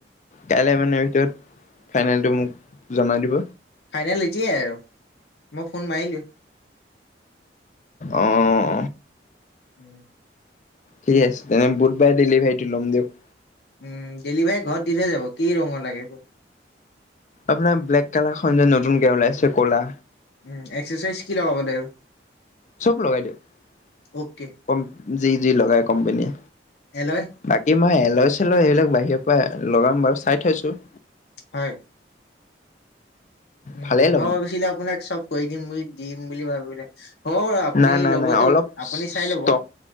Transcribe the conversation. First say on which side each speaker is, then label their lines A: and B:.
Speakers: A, on the left (about 40°); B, on the left (about 65°).
A: কাইলৈ মানে ভিতৰত ফাইনেলটো মোক জনাই দিব।
B: ফাইনেল হৈছে আৰু মই ফোন মাৰিলোঁ।
A: অহ।
B: উম।
A: ঠিক আছে তেনে বুধবাৰে ডেলিভাৰীটো ল'ম দিয়ক।
B: উম, গেলি ভাই ঘৰত দি থৈ যাব কি ৰঙৰ লাগে ব
A: আপোনাৰ ব্লেক কালাৰখনন যে নতুনকে ওলাইছে ক'লা।
B: উম, এক্সাৰচাইজ কি লগাব লাগিব?
A: চব লগাই দিয়ক,
B: অকে
A: যি যি লগাই কোম্পেনীয়ে।
B: এল'ই।
A: বাকী মই এল'য় চেল'য় এইবিলাক বাহিৰৰ পৰা লগাম বাৰু চাই থৈছো।
B: হয়। উম,
A: ভালেই লগাম
B: মই ভাবিছিলো আপোনাক চব কৰি দিম বুলি দিম বুলি ভাবিলে। হ'ব বাৰু আপুনি
A: নাই নাই
B: ল'বতো,
A: নাই অলপ
B: আপুনি চাই
A: ষ্টক
B: ল'ব।